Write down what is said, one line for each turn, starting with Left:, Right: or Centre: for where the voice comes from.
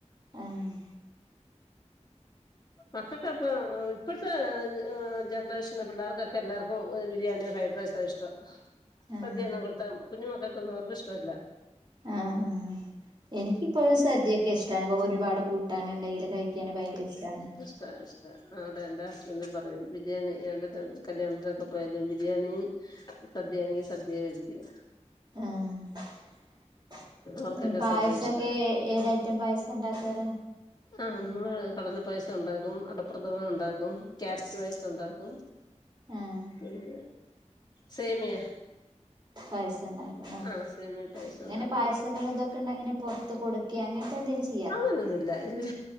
Right: ആഹ്
Left: മക്കക്കപ്പ ഇപ്പഴത്തെ ജനറേഷൻ പിള്ളേർക്കൊക്കെ എല്ലാർക്കും ബിരിയാണി യൊക്കായ് <unintelligible> ഇഷ്ടം
Right: ആഹ്
Left: സദ്യൊന്നും കൊടുത്താൽ കുഞ്ഞു മക്കൾക്ക് ഒന്നും അവർക് ഇഷ്ടല്ല
Right: ആഹ് ആ എനക്ക്പ്പോഴും സദ്യയൊക്കെ ഇഷ്ടാണ് അ ഒരുപാട് കൂട്ട കൂട്ടാന് ണ്ടെങ്കില് കഴിക്കാണെകിൽ ഭയങ്കര ഇഷ്ട്ടാണ്
Left: ഇഷ്ട്ടാ അതന്താ എന്തും പറയും ബിരിയാണി കല്യാണത്തിനൊക്കെ പോയാലും ബിരിയാണീ സദ്യ ആണെങ്കിൽ സദ്യ കഴിക്കും
Right: ആഹ്
Left: അവർക്കൊക്കെ
Right: പായസോക്കെ
Left: സദ്യ ഇഷ്ട
Right: ഏതായിറ്റം പായസം ഉണ്ടാക്കാറ്
Left: ആഹ് നമ്മള് കടല പായസം ഉണ്ടാക്കും അടപ്രദമന് ഉണ്ടാക്കും ക്യാരറ്റ് പായസം ഉണ്ടാക്കും
Right: ആഹ്
Left: ഉം സേമിയ
Right: പായസണ്ടാക്കൂലെ
Left: ആ സേമിയ പായസം ഉണ്ടാക്കും
Right: ഏയ്‌ന് പായസങ്ങ ളിതൊക്കെ ഇണ്ടാകില് പുറത്ത് കൊടുക്കെ അങ്ങനത്തെ എന്തെകിലും ചെയ്
Left: അങ്ങനൊന്നുല്ല ഇല്ല